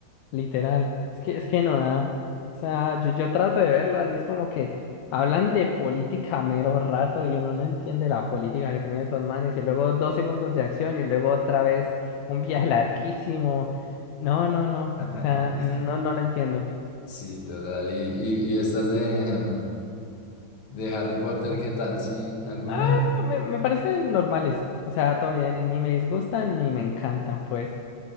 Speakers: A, on the left; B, on the left.
A: literal. Es que, es que no da. O sea, yo, yo trato de verlas y es como que hablan de política a mero rato y uno no entiende la política que tienen esos manes y luego dos segundos de acción y luego otra vez un viaje larguísimo. No, no, no.
B: <laughs>
A: O sea, no, no lo entiendo.
B: Sí, total. ¿Y, y, y estas de, mm, de Harry Potter, qué tal? ¿Sí? ¿Alguna?
A: Ah, me, me parecen normales. O sea, todo bien, ni me disgustan ni me encantan, pues.